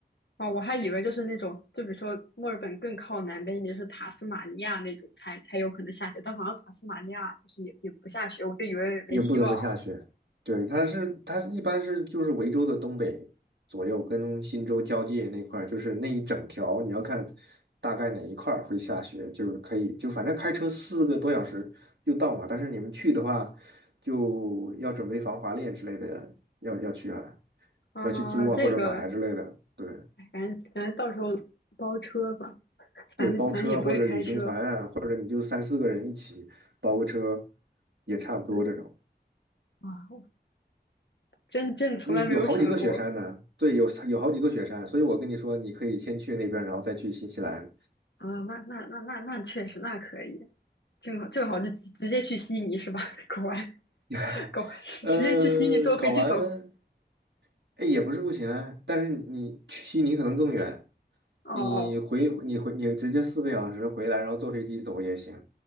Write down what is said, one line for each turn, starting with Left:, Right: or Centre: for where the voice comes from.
Left: 哦，我还以为就是那种，就比如说墨尔本更靠南边一点就是塔斯马尼亚那种才才有可能下雪，但好像塔斯马尼亚就是也也不下雪，我就以为没希望了。
Right: 也不怎么下雪。对，它是它一般是就是维州的东北左右，跟新州交界那块儿，就是那一整条，你要看大概哪一块儿会下雪，就是可以就反正开车四个多小时就到嘛。但是你们去的话，就要准备防滑链之类的，要要去啊，
Left: 啊、
Right: 要去租啊或者买啊之类的。
Left: 这个，
Right: 对
Left: 哎反正反正到时候包车吧，反正反正也不会开车。
Right: 对，包车或者旅行团啊，或者你就三四个人一起包个车，也差不多这种。
Left: 对，啊，我真真从来没有想过
Right: 因为有好几个雪山呢，对，有有好几个雪山，所以我跟你说，你可以先去那边，然后再去新西兰。
Left: 啊、那那那那那确实那可以，正好正好就直直接去悉尼是吧？<laughs> 搞完
Right: <laughs>
Left: 搞完，直接去悉尼坐飞机走。
Right: 呃，搞完，哎，也不是不行啊，但是你去悉尼可能更远，
Left: 哦哦，
Right: 你回你回你直接四个小时回来，然后坐飞机走也行。